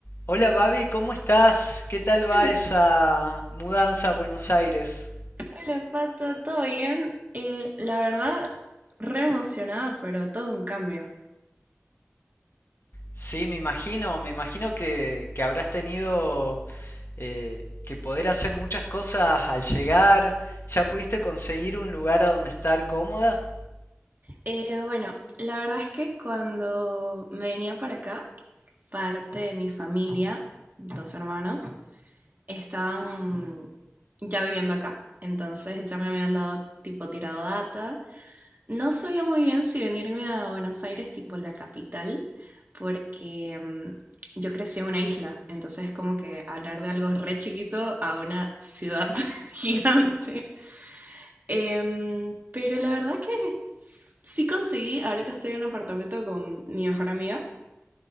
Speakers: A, on the left (about 55°); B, on the right (about 40°).
A: Hola Babi, ¿cómo estás? ¿Qué tal
B: Hola,
A: va esa mudanza a Buenos Aires?
B: hola Pato, ¿todo bien? Eh, la verdad, re emocionada, pero todo un cambio.
A: Sí, me imagino, me imagino que, que habrás tenido eh, que poder hacer muchas cosas al llegar. ¿Ya pudiste conseguir un lugar a donde estar cómoda?
B: Eh, bueno, la verdad es que cuando me venía para acá, parte de mi familia, dos hermanos, estaban ya viviendo acá. Entonces ya me habían dado tipo tirado data No sabía muy bien si venirme a Buenos Aires, tipo la capital, porque mm, yo crecí en una isla, entonces como que hablar de algo re chiquito a una ciudad <laughs> gigante. Em, pero la verdad que sí conseguí, ahorita estoy en un apartamento con mi mejor amiga,